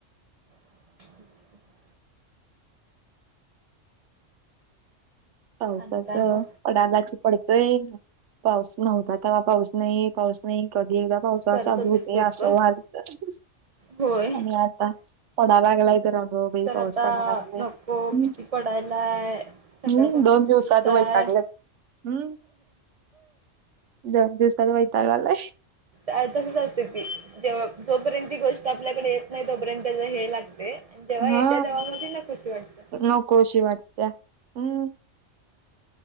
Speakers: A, on the right; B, on the right.
A: <inaudible>
B: पावसात
A: आणि काय मग
B: पडला की पडतोय. पाऊस नव्हता तेव्हा पाऊस नाही पाऊस नाही कधी एकदा पावसाळा
A: करत
B: चालू
A: होते
B: होतोय.
A: लोक
B: असं व्हालत
A: होय
B: आणि आता पडा लागलाय तर अगं बाई
A: तर
B: पाऊस
A: आता
B: पडा लागलाय.
A: नको
B: हम्म
A: किती पडायलाय सकाळ
B: हम्म
A: पासून
B: दोन दिवसात
A: सुरूच हाय
B: वैतागल्यात हम्म दोन दिवसात वैताग आलाय
A: अ तसंच असतय ती जेव्हा जोपर्यंत ती गोष्ट आपल्याकडे येत नाही तोपर्यंत त्याच हे लागतय. जेव्हा
B: हा
A: येत्या तेव्हा म ती नकोशी वाटत्या.
B: नकोशी वाटत्या हम्म